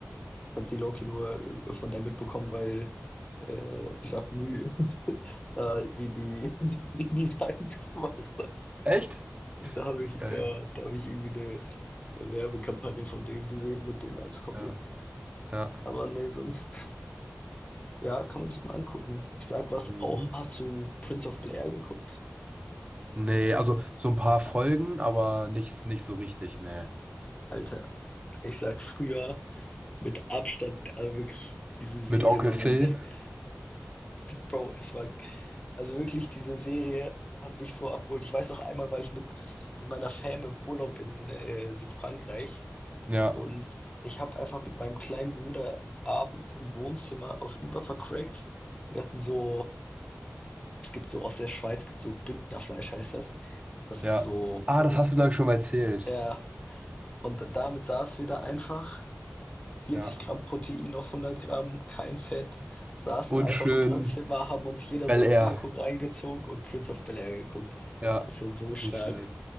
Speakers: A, on the left (about 20°); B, on the right (about 25°).
A: ich habe die Loki nur äh, von der mitbekommen, weil äh, Jacques Mü <laughs> da irgendwie die, <laughs> die, die Designs gemacht.
B: Echt?
A: Und da habe ich,
B: Geil.
A: ja, da habe ich irgendwie eine, eine Werbekampagne von denen gesehen mit denen als Kombi.
B: Ja, ja.
A: Aber nee, sonst. Ja, kann man sich mal angucken. Ich sag was
B: Mhm.
A: auch. Hast du Prince of Blair geguckt?
B: Nee, also so ein paar Folgen,
A: A-
B: aber nicht, nicht so richtig, nee.
A: Alter, ich sag früher mit Abstand, also wirklich, diese Serie
B: Mit Onkel
A: war
B: Phil.
A: meine Kind. Bro, es war, also wirklich, diese Serie hat mich so abgeholt. Ich weiß auch einmal, war ich mit, mit meiner Fam im Urlaub in äh, Südfrankreich
B: Ja,
A: und ich habe einfach mit meinem kleinen Bruder abends im Wohnzimmer auf Über vercrackt. Wir hatten so, es gibt so aus der Schweiz, gibt so Bündnerfleisch, heißt das. Das
B: ja.
A: ist so.
B: Ah, das hast du, glaube ich, schon mal erzählt.
A: Ja, Und damit saß wieder einfach, 40
B: Ja.
A: Gramm Protein auf 100 Gramm, kein Fett, saßen
B: Und
A: einfach
B: schön
A: im Wohnzimmer, haben uns jeder
B: Bel
A: so eine
B: Air.
A: Packung reingezogen und Prince of Bel-Air geguckt.
B: Ja,
A: Also so stark.
B: nicht schlecht.